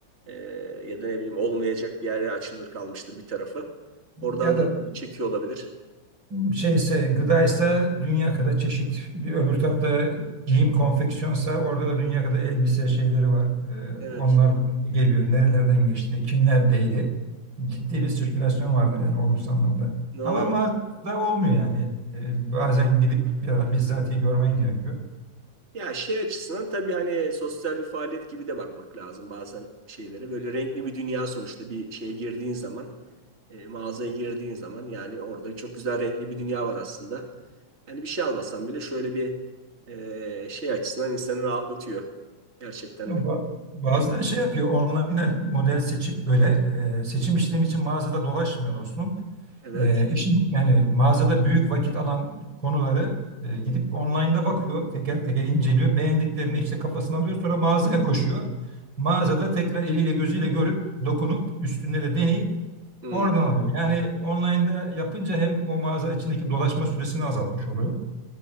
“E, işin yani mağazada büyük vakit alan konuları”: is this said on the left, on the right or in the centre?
Right